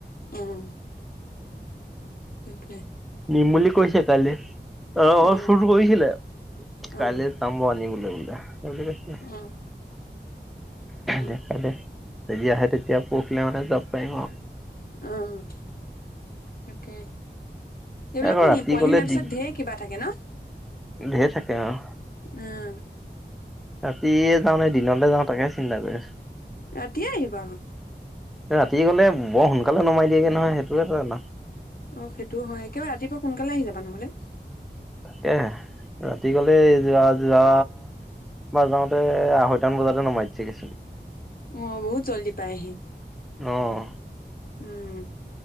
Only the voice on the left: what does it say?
উম। সেইটোৱে
উম
অ
অ অ
অ উম তাকে এইবিলাকো
নিয়ে,
পোৱালি
নিয়াৰ পিছত
ঢেৰ কিবা থাকে ন?
উম
ৰাতিয়ে আহিবা।
অ সেইটোও হয়। একেবাৰে ৰাতিপুৱা সোনকালে আহি যাবা নহ'লে
অ বহুত জল্দি পায়হি
উম